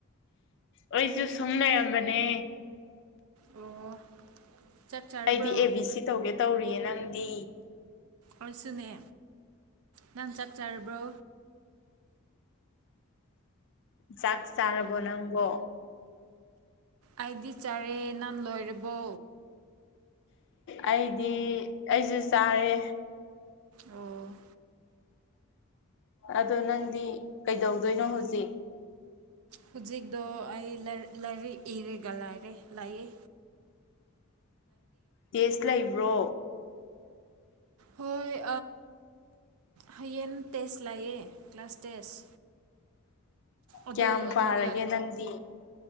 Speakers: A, on the left; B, on the right.
A: ꯑꯩꯁꯨ ꯁꯨꯝꯂꯩ ꯔꯝꯕꯅꯦ
B: ꯑꯣ ꯆꯥꯛ ꯆꯥꯔꯕ꯭ꯔꯣ
A: ꯑꯩꯗꯤ ꯑꯦ ꯕꯤ ꯁꯤ ꯇꯧꯒꯦ ꯇꯧꯔꯤꯌꯦ ꯅꯪꯗꯤ
B: ꯑꯩꯏꯁꯨꯅꯦ ꯅꯍꯪ ꯆꯥꯛ ꯆꯥꯔꯕ꯭ꯔꯣ
A: ꯆꯥꯛ ꯆꯥꯔꯕꯣ ꯅꯪꯕꯣ
B: ꯑꯩꯗꯤ ꯆꯥꯔꯦ ꯅꯪ ꯂꯣꯏꯔꯕꯣ
A: ꯑꯩꯗꯤ ꯑꯩꯁꯨ ꯆꯥꯔꯦ
B: ꯑꯣ
A: ꯑꯗꯣ ꯅꯪꯗꯤ ꯀꯩꯗꯧꯗꯣꯏꯅꯣ ꯍꯧꯖꯤꯛ
B: ꯍꯧꯖꯤꯛꯇꯣ ꯑꯩ ꯂꯥꯏꯔꯤꯛ ꯏꯔꯒ ꯂꯥꯏꯔꯦ ꯂꯥꯏꯌ‌ꯦ
A: ꯇ‌ꯦꯁ ꯂ‌ꯩꯕ꯭ꯔꯣ
B: ꯍꯣꯏ ꯍꯌꯦꯡ ꯇꯦꯁ ꯂꯥꯛꯌꯦꯦ ꯀ꯭ꯂꯥꯁ ꯇꯦꯁ ꯑꯗꯨ
A: ꯀꯌꯥꯝ
B: ꯑꯗꯨꯒ
A: ꯄꯥꯔꯒꯦ ꯅꯪꯗꯤ